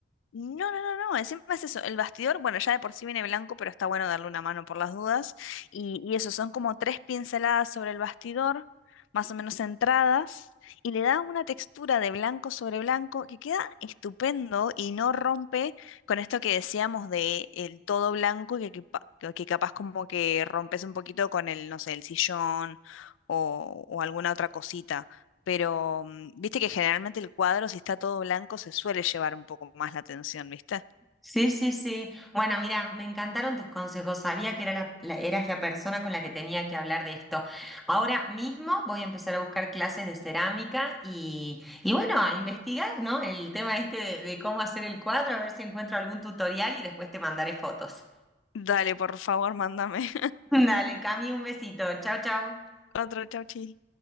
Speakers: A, on the left; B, in the centre.
A: No, no, no, no, encima es eso, el bastidor, bueno, ya de por sí viene blanco, pero está bueno darle una mano por las dudas. Y, y eso, son como tres pinceladas sobre el bastidor, más o menos centradas, y le da una textura de blanco sobre blanco que queda estupendo y no rompe con esto que decíamos de el todo blanco, que, que, pa- que- que capaz como que rompes un poquito con el, no sé, el sillón o, o alguna otra cosita pero mm, viste que generalmente el cuadro, si está todo blanco, se suele llevar un poco más la atención, ¿viste?
B: Sí, sí, sí. Bueno, mira, me encantaron tus consejos. Sabía que era la- la- eras la persona con la que tenía que hablar de esto. Ahora mismo voy a empezar a buscar clases de cerámica y, y bueno, a investigar, ¿no? El tema este de, de cómo hacer el cuadro, a ver si encuentro algún tutorial y después te mandaré fotos.
A: Dale, por favor, mándame
B: <laughs> Dale, Cami, un besito. Chau, chau.
A: <laughs> otro chauchi.